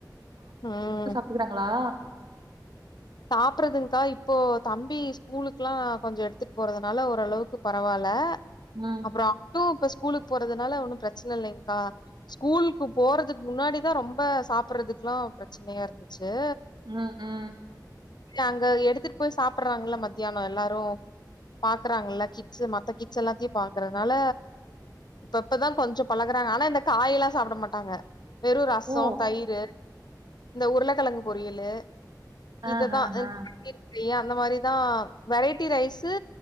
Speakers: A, on the left; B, on the right.
A: உம்
B: இருக்கிறாங்ளா
A: சாப்பறதுன்கா இப்போ தம்பி ஸ்கூலுக்குல்லா கொஞ்ச எடுத்துட்டு போறதுனால ஓரளவுக்கு பரவால
B: உம்
A: அப்ரோ அப்டுபஸ் இப்ப ஸ்கூலுக்கு போறதுனால ஒன்னு பிரச்சன இல்லைங்க்கா ஸ்கூலுக்கு போறதுக்கு முன்னாடிதா ரொம்ப சாப்படுறதுக்குல்லா பிரச்சனையா இருந்துச்சே
B: ம் உம்
A: அங்க எடுத்துட்டு போய் சாப்பிடுறாங்கல்ல மத்தியானோ எல்லாரு பாக்குறாங்கல்ல கிட்ஸ் மத்த கிட்ஸ் எல்லாத்தையு பாக்றதுனால இப்ப இப்பதா கொஞ்சோ பழகுறாங்க ஆனா இந்த காயெல்லா சாப்ட மாட்டாங்க வெறும் ரசோ
B: ஓ
A: தயிர் இந்த உருளக்கிழங்கு பொரியலு
B: ஆ
A: இததா
B: ஆ
A: <inaudible>
B: ஆ
A: அந்த மாதிரிதா வெரைட்டி ரைஸு